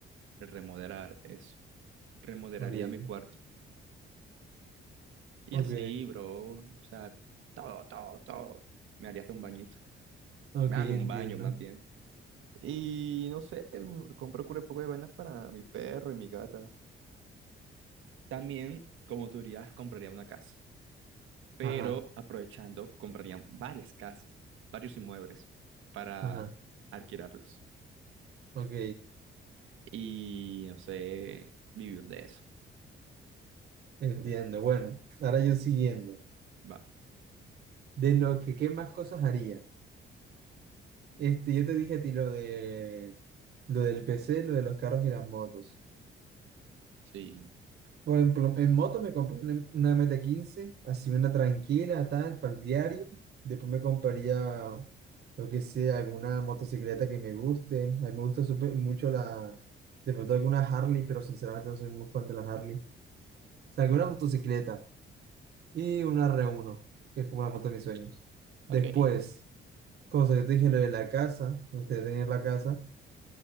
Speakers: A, on the right (about 80°); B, on the right (about 55°).
A: el remodelar eso. Remodelaría
B: Ok.
A: mi cuarto. Y
B: Ok.
A: así, bro, o sea, todo, todo, todo. Me haría hasta un bañito.
B: Ok,
A: Me hago
B: entiendo.
A: un baño más bien. Y no sé, em, compro un poco de vainas para mi perro y mi gata. También, como tú dirías, compraría una casa. Pero
B: Ajá.
A: aprovechando, compraría varias casas, varios inmuebles para
B: Ajá.
A: alquilarlos.
B: Ok.
A: Y no sé, vivir de eso.
B: Entiendo. Bueno, ahora yo siguiendo.
A: Va.
B: De lo que, ¿qué más cosas haría? Este, yo te dije a ti lo de, lo del PC, lo de los carros y las motos.
A: Sí.
B: Por ejemplo, en moto me compré una, una MT-15, así una tranquila, tal, para el diario. Después me compraría, lo que sea, alguna motocicleta que me guste. A mí me gusta súper mucho la, de pronto alguna Harley, pero sinceramente no soy muy fan de la Harley. O sea, alguna motocicleta y una r uno que es como la moto de mis sueños. Después,
A: Ok,
B: cosa que te dije, lo de la casa, me gustaría tener la casa.